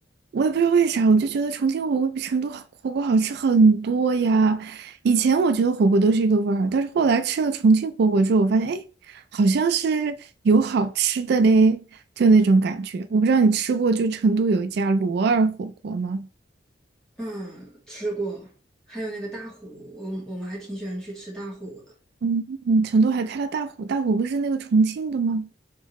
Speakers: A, on the right; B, in the centre.
A: 我也不知道为啥，我就觉得重庆火锅比成都好火锅好吃很多呀。以前我觉得火锅都是一个味儿，但是后来吃了重庆火锅之后，我发现，哎，好像是有好吃的嘞，就那种感觉。我不知道你吃过，就成都有一家罗二火锅吗？
B: 嗯，吃过，还有那个大虎，我我们还挺喜欢去吃大虎的。
A: 嗯，嗯成都还开了大虎，大虎不是那个重庆的吗？